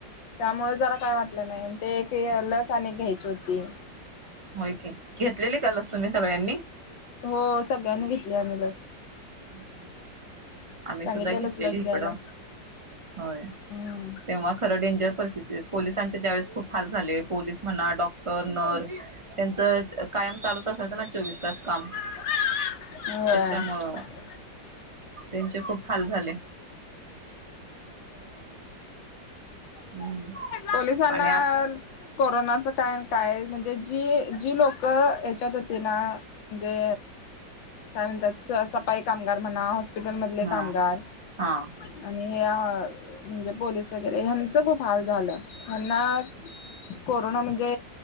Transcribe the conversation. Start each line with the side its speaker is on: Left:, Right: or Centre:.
Left: त्यामुळे जरा काय वाटलं नाही ते एक लस अनेक घ्यायची होती.
Right: होय की, घेतलेली काय लस तुम्ही सगळ्यांनी?
Left: हो सगळ्यांनी घेतली आम्ही लस.
Right: हम्म हम्म हम्म हम्म. आम्ही
Left: सांगितलेलंच
Right: सुद्धा घेतलेली
Left: लस
Right: इकडं.
Left: घ्यायला.
Right: होय
Left: हम्म
Right: तेव्हा खरं डेंजर परी पोलिस चे त्याळेस खूप हाल झाले. पोलीस म्हणा डॉक्टर, नर्स त्यांच कायम चालूच असायच चोवीस तास काम.
Left: <unintelligible> होय.
Right: त्याच्यामुळं
Left: <unintelligible>
Right: त्यांचे खूप हाल झाले. होय. हम्म
Left: पोलिसांना
Right: आणि आत
Left: कोरोनात. का काय म्हणजे जी जी लोक ह्याच्यात होती ना म्हणजे काय म्हणतात सपाई कामगार म्हणा, हॉस्पिटल मधले
Right: हा
Left: कामगार
Right: हा
Left: आणि हे म्हणजे पोलीस वगैरे ह्यांच खूप हाल झालं. <unintelligible> ना म्हणजे